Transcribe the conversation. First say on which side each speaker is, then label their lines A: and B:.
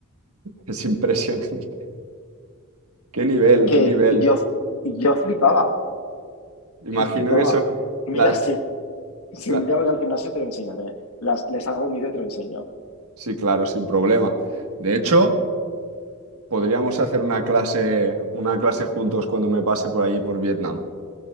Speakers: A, on the right; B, on the left.
A: es impresionante. <laughs> Qué nivel,
B: que
A: qué nivel.
B: yo, yo flipaba,
A: Imagino
B: yo flipaba.
A: que son
B: Mira,
A: la,
B: si, si
A: la-
B: un día voy al gimnasio te lo enseñaré, Las- les hago un vídeo y te lo enseño.
A: Sí, claro, sin problema. De hecho, podríamos hacer una clase, una clase juntos cuando me pase por allí por Vietnam.